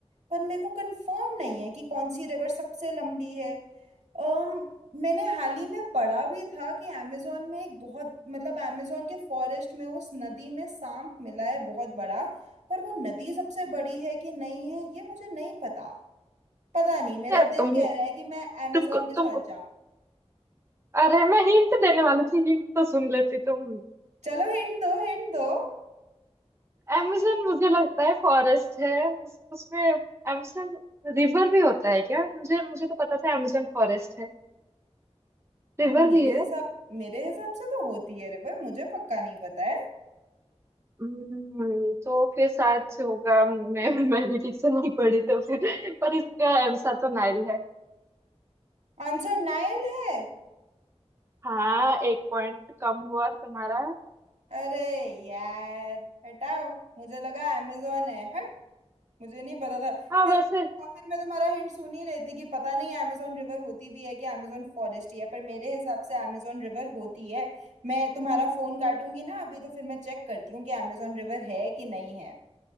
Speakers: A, on the right (about 80°); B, on the right (about 25°).
A: पर मेरे को कंफर्म नहीं है कि कौन सी रिवर सबसे लंबी है um, मैंने हाल ही में पढ़ा भी था कि amazon में एक बहुत मतलब amazon के फॉरेस्ट में उस नदी में सांप मिला है बहुत बड़ा पर वो नदी सबसे बड़ी है कि नहीं है ये मुझे नहीं पता पता नहीं मेरा
B: यार
A: दिल
B: तुम-
A: कह रहा है कि मैं amazon
B: तुमको
A: के साथ
B: तुमको
A: जाऊं
B: अरे मैं हिंट देने वाली थी हिंट तो सुन लेती तुम
A: चलो हिंट दो हिंट दो
B: amazon मुझे लगता है फॉरेस्ट है उस उसमें amazon रिवर भी होता है क्या मुझे मुझे तो पता था amazon फॉरेस्ट है रिवर
A: हाँ मेरे
B: भी है
A: हिसाब मेरे हिसाब से तो होती है रिवर मुझे पक्का नहीं पता है
B: हम्म, तो फिर शायद से होगा मैं मैं भी ठीक से नहीं पढ़ी तो फिर पर इसका आंसर तो नाइल है
A: आंसर नायल है
B: हाँ एक पॉइंट कम हुआ तुम्हारा
A: अरे यार हटाओ मुझे लगा अमेजोन है हट मुझे नहीं पता था
B: हाँ
A: फिर
B: वैसे
A: फिर मैं तुम्हारा हिंट सुन ही लेती कि पता नहीं अमेजोन रिवर होती भी है कि अमेजोन फॉरेस्ट ही है पर मेरे हिसाब से अमेजोन रिवर होती है मैं तुम्हारा फोन काटूंगी ना अभी तो फिर मैं चेक करती हूँ कि अमेजोन रिवर है कि नहीं है